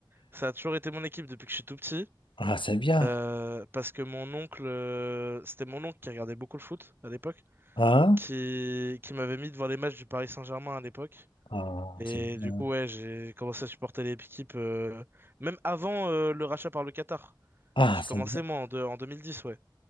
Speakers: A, on the right (about 25°); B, on the left (about 85°).
A: ça a toujours été mon équipe depuis que je suis tout petit.
B: Ah, c'est bien.
A: Euh, parce que mon oncle, euh, c'était mon oncle qui regardait beaucoup le foot à l'époque,
B: Hein?
A: qui, qui m'avait mis devant les matchs du Paris Saint-Germain à l'époque.
B: Ah,
A: Et
B: c'est bien.
A: du coup, ouais, j'ai commencé à supporter l'équipe, euh, même avant, euh, le rachat par le Qatar.
B: Ah,
A: J'ai
B: c'est
A: commencé,
B: bien.
A: moi, en, deux- en 2010, ouais.